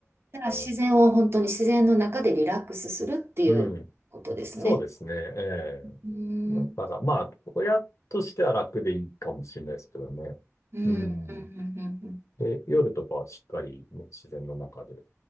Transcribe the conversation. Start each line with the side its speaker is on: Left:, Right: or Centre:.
Right: だから自然を本当に自然の中でリラックスするっていうことですね。
Left: ん。うん。そうですね。え
Right: うん、
Left: え。だから、
Right: うん、
Left: まあ、親としては楽でいいかもしれないですけどね。
Right: うん、
Left: うん。
Right: うん、
Left: で、夜とかはしっかり、ね、自然の中で